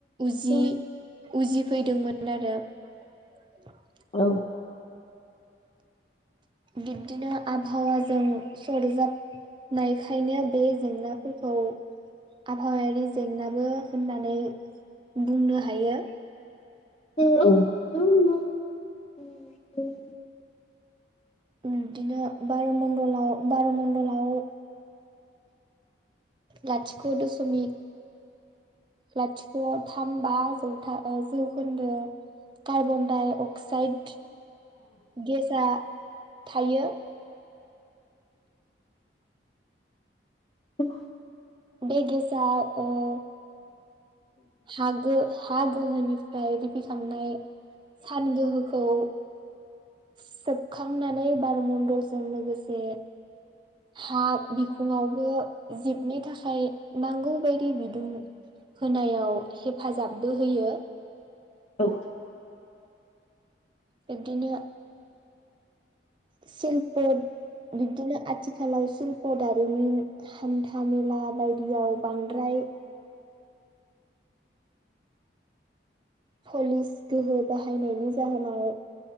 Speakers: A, on the right (about 25°); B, on the left (about 35°).
A: उजि--उजिफैदोंमोन
B: औ
A: आरो <unintelligible> <inaudible>
B: औ।
A: बिब्दिनो आबहावाजों सरजाब नायखायनो बे जेंनाफोरखौ आबहावायारि जेंनाबो होननानै बुंनो हायो।
B: <unintelligible> <inaudible>
A: बिदिनो बार'मणडलाव बार'मणडलाव लाथिख' द समि लाथिख' थाम बा जौथा ओ- जौखोन्दो कार्बन दाय अक्साइड गेसआ थायो।
B: <unintelligible> <inaudible>
A: बे गेसा ओ- हागो हा गोहोनिफ्राय रिफखांनाय सान गोहो खौ- सेबखांनानै बार मन्दलजों लोगोसे हा बिखुङावबो जिबनि थाखाय नांगौ बायदि बिदुं होनायाव हेफाजाबबो होयो।
B: औ-
A: बिब्दिनो सिलपद बिदिनो आथिखालाव शल्प' दारिमिन हान्था मेला बायदियाव बांद्राय पलिस गोहो बाहायनायनि जाहोनाव